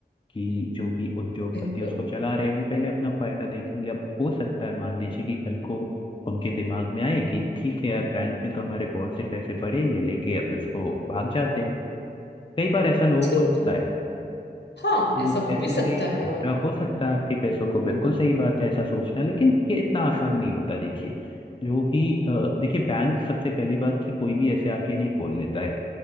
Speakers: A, on the left (about 30°); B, on the left (about 80°).
A: कि जो भी उद्योगपति
B: बिल्कुल
A: उसको चला रहे हैं वो पहले अपना फायदा देखेंगे अब हो सकता है मान लीजिए कि कल को उनके दिमाग में आए कि ठीक है यार बैंक में तो हमारे बहुत से पैसे पड़े ही है लेके अब इसको भाग जाते हैं कई बार ऐसा लोगों
B: ठीक
A: को लगता
B: है
A: है
B: हाँ
A: तो
B: ऐसा हो
A: ऐसे
B: भी सकता
A: में खतरा
B: है और
A: हो सकता है आपके पैसों को बिल्कुल सही बात है ऐसा सोचना लेकिन ये इतना आसान नहीं होता देखिए जो भी अ, देखिए बैंक सबसे पहली बात कि कोई भी ऐसे आके नहीं खोल लेता है